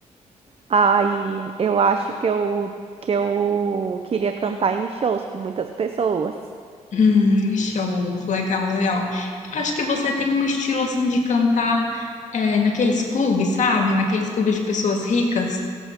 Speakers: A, on the right (about 50°); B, on the left (about 70°).
A: Aí, eu acho que eu que eu queria cantar em shows com muitas pessoas,
B: Hum, show, legal, legal. Eu acho que você tem um estilo assim de cantar, é, naqueles clubes, sabe? Naqueles clubes de pessoas ricas